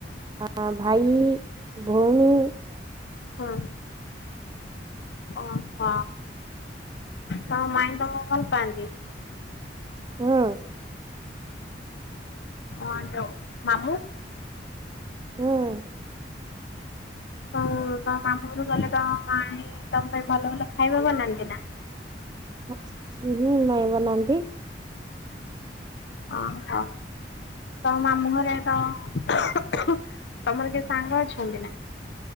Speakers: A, on the right; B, on the left.
A: ଆ ଭାଇ ଭଉଣୀ
B: ହଁ ଓହୋ। ତମ ମାଇଁ ତମକୁ ଭଲ ପାଆନ୍ତି।
A: ହୁଁ
B: <unintelligible> ମାମୁଁ।
A: ହୁଁ
B: ହ ତମ ମାମୁଁ ଘରକୁ ଗଲେ ତମ ମାଇଁ ତମ ପାଇଁ ଭଲ ଭଲ ଖାଇବା ବନାନ୍ତି ନା?
A: ହଁ ହ୍ନୁ ମାଇଁ ବନାନ୍ତି।
B: ଓ ହୋ ତମ ମାମୁଁ ଘରେ ତ ତମର କିଏ ସାଙ୍ଗ ଅଛନ୍ତି ନା?